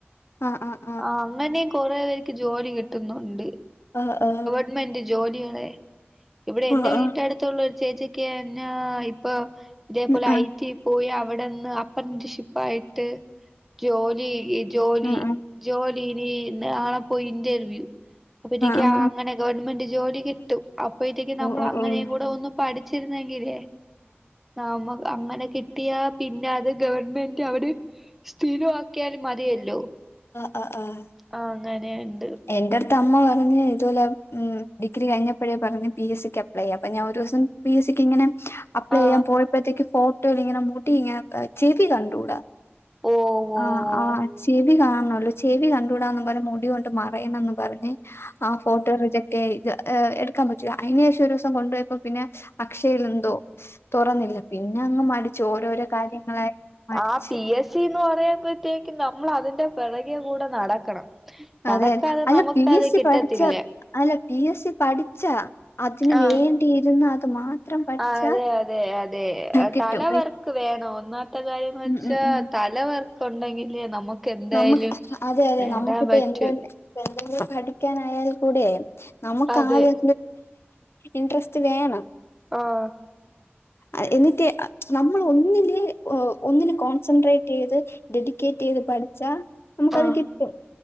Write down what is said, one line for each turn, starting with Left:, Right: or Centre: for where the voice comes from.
Left: ആഹ് ആഹ്
Centre: ആഹ് അങ്ങനെ കൊറേ പേർക്ക് ജോലി കിട്ടുന്നുണ്ട്
Left: അഹ് അഹ്
Centre: ഗവണ്മെന്റ് ജോലിയണെ ഇവിടെ എന്റെ
Left: ആഹ്
Centre: വീട്ട്ന്റെടുത്ത്
Left: ആഹ്
Centre: ള്ള ഒരു ചേച്ചിക്ക്‌ ന്നാ ഇപ്പൊ ഇതേപോലെ
Left: ഉം ആഹ് ആഹ് ആഹ് ആഹ്
Centre: ഐ ടി പോയി അവിടെന്ന് അപ്രന്റിഷിപ്പായിട്ട് ജോലി ഈ ജോലി
Left: ആഹ് ആഹ്
Centre: ജോലിനി നാളെപ്പൊ ഇന്റർവ്യൂ അപ്പത്തേക്ക്
Left: ആഹ് ആഹ് ആഹ് ആഹ്
Centre: അങ്ങനെ ഗവൺമെന്റ് ജോലി കിട്ടും അപ്പ ഇതേക്ക് നമ്മൾ
Left: ആഹ്
Centre: അങ്ങനെകൂടെ ഒന്ന് പഠിച്ചിരുന്നെങ്കിലേ നമ്മക്ക് അങ്ങനെ കി കിട്ടിയ പിന്നെ അത് ഗവൺമെന്റ് അവിടെ സ്ഥിരമാക്കിയാലും മതിയല്ലോ
Left: ആഹ് ആഹ് ആഹ്
Centre: ആ അങ്ങനെയെണ്ട്
Left: എന്റെ അടുത്ത് അമ്മ പറഞ്ഞ ഇതുപോലെ ഉം ഡിഗ്രി കഴിഞ്ഞപ്പോഴേ പറഞ് പി എസ് സിക്ക് അപ്ലൈളേയാൻ ഞാൻ ഒരു ദിവസം പി എസ് സിക്ക് ഇങ്ങനെ അപ്ലൈ
Centre: ആ
Left: ചെയ്യാൻ പോയാ ഇപ്പോഴത്തേക്ക് ഫോട്ടോല് ഇങ്ങനെ മുട്ടി ഇങ്ങനെ ചെവി കണ്ടൂടാ
Centre: ഓ ഓ
Left: ആ
Centre: ഓ
Left: ആഹ് ചെവി കാണല്ലോ ചെവി കണ്ടുകൂടാന്ന് പറഞ് മുടി കൊണ്ട് മറയണന്ന് പറഞ്ഞ് ആ ഫോട്ടോ റിജക്ക്‌റ്റായി എടുക്കാൻ പറ്റൂലാ അയിനഷം ഒരു ദിവസം കൊണ്ടു പോയപ്പോ പിന്നെ അക്ഷയിൽ എന്തോ തൊറന്നില്ല പിന്നെ അങ്ങ് മടിച്ച് ഓരോരോ കാര്യങ്ങളായി മടിച്ച്
Centre: ആഹ് പി എസ് ച്ചിന്ന് പറയുമ്പോഴത്തേക്കും നമ്മൾ അതിന്റെ പെറകെകൂടെ നടക്കണം
Left: അതെ
Centre: നടക്കാതെ
Left: അല്ല
Centre: നമുക്കാത്
Left: പി എസ് സി
Centre: കിട്ടത്തില്ല
Left: പഠിച്ച അല്ല പി എസ് സി പഠിച്ചാ അതിന്
Centre: ആ
Left: വേണ്ടിയിരുന്ന് അത് മാത്രം പഠിച്ചാ
Centre: ആ അതെ അതെ അതെ
Left: കിട്ടും
Centre: തലവർക്ക് വേണം ഒന്നാത്തെ കാര്യന്ന് വെച്ചാ
Left: ഉം ഉം ഉം.
Centre: തലവർക്ക് ഉണ്ടെങ്കിലേ നമുക്ക് എന്തായാലും
Left: നമ്മുക്ക് അതെ അതെ
Centre: നേടാൻ
Left: നമുക്കിപ്പ
Centre: പറ്റൂ
Left: എന്തന്നെ എന്തെങ്കിലും പഠിക്കാനായാൽ കൂടെ നമുക്ക്
Centre: അതെ
Left: ആരാ ഇൻട്രസ്റ്റ് വേണം
Centre: ആഹ്
Left: ആ എന്നിട്ട് നമ്മൾ ഒന്നില് ഒന്നന് കോൺസെൻട്രേ റ്റ്യ്ത് ഡെഡിക്കേറ്റ് ചെയ്ത് പഠിച്ചാ നമുക്കത്
Centre: ആ
Left: കിട്ടും